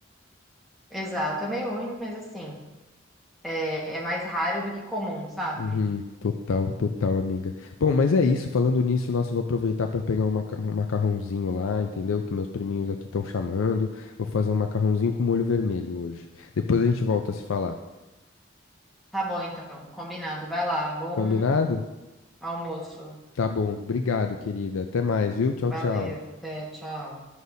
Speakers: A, in the centre; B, on the left.
A: Exato, é meio ruim, mas assim, é, é mais raro do que comum, sabe?
B: Uhum, total, total, amiga. Bom, mas é isso. Falando nisso, nossa, eu vou aproveitar para pegar um maca- um macarrãozinho lá, entendeu? Que meus priminhos aqui estão chamando. Vou fazer um macarrãozinho com molho vermelho hoje. Depois a gente volta a se falar.
A: Tá bom, então, combinado. Vai lá, bom
B: Combinado?
A: almoço.
B: Tá bom. Obrigado, querida. Até mais, viu? Tchau,
A: Valeu,
B: tchau.
A: até, tchau.